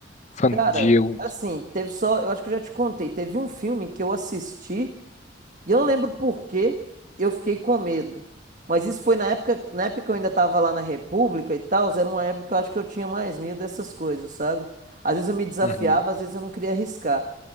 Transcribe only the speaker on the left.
fan-
de algum-
Uhum.